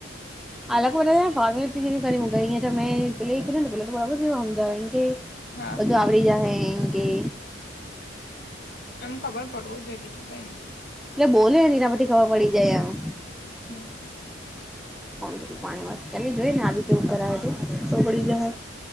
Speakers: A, in the centre; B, on the left.
A: અલગ બ ફોર્મેલટી જેવી કરી ગઈ. ત પેલા કે ના પેલા તો બરાબર જો હમ જાાવ એ કે
B: હા
A: બધું આવડી જાય. એંગે.
B: એમ ખબર પડવું જોઈ બીજું કઈ ન.
A: એટલે બોલે ને એના પથી ખબવા પડી જાય એમ.
B: હમ્મ.
A: કોણ કરી પાણી વા એને જોઈ ને આવી જેવું કરાવ તોકળ જવા.